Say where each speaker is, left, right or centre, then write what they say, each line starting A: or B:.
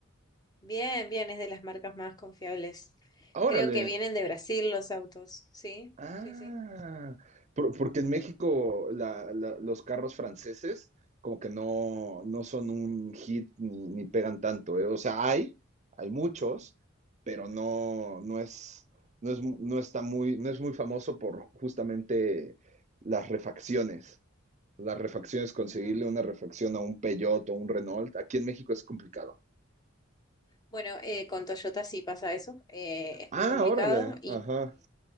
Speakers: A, on the left; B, on the right.
A: Bien, bien, es de las marcas más confiables.
B: Ah, Órale.
A: Creo que vienen de Brasil los autos. Sí,
B: Ah,
A: sí, sí.
B: por- porque en México la- la- los carros franceses como que no, no son un hit ni, ni pegan tanto, ¿eh? O sea, hay, hay muchos, pero no,
A: Ujú.
B: no es, no es, no está muy, no es muy famoso por justamente las refacciones. Las refacciones, conseguirle
A: Ah.
B: una refacción a un Peugeot o un Renault, aquí en México es complicado.
A: Bueno, eh, con Toyota sí pasa eso. eh, es
B: Ah,
A: muy complicado
B: órale, ajá,